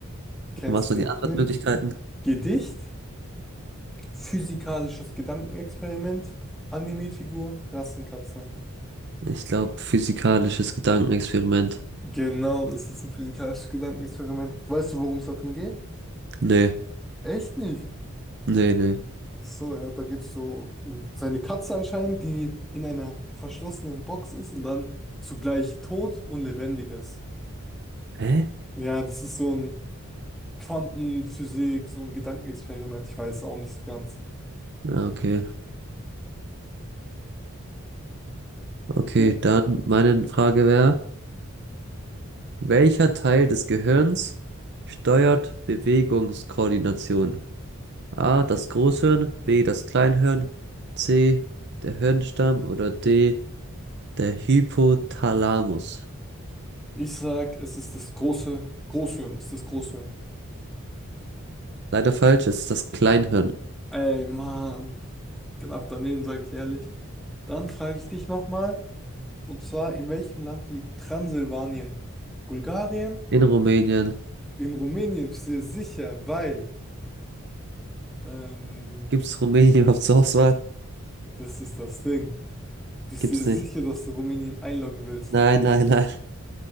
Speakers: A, in the centre; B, on the right.
A: Kennst
B: Und was waren
A: du?
B: die Antwortmöglichkeiten?
A: Hm? Gedicht, physikalisches Gedankenexperiment, Anime-Figur, Rassenkatze.
B: Ich glaube, physikalisches Gedankenexperiment.
A: Genau, es ist ein physikalisches Gedankenexperiment. Weißt du, worum es da drin geht?
B: Nee,
A: Echt nicht?
B: nee, nee.
A: Ach so, ja, da geht es so um seine Katze anscheinend, die in einer verschlossenen Box ist und dann zugleich tot und lebendig ist.
B: Hä?
A: Ja, das ist so ein Quantenphysik, so ein Gedankenexperiment. Ich weiß auch nicht so ganz.
B: Ah, Okay, okay,
A: Ja.
B: dann meine Frage wäre, welcher Teil des Gehirns steuert Bewegungskoordination? A, das Großhirn, B, das Kleinhirn, C, der Hirnstamm oder D, der Hypothalamus.
A: Ich sag, es ist das große Großhirn, es ist das Großhirn.
B: Leider falsch, es ist das Kleinhirn.
A: Ey, Mann, knapp daneben, sage ich ehrlich. Dann frage ich dich nochmal, und zwar, in welchem Land liegt Transsilvanien? Bulgarien?
B: In Rumänien.
A: In Rumänien, sehr sicher, weil. Ähm,
B: Gibt es Rumänien <laughs> überhaupt zur Auswahl?
A: Das ist das Ding. Bist
B: Gibt's
A: du dir sicher,
B: nicht.
A: dass du Rumänien einloggen willst?
B: Nein, nein, nein.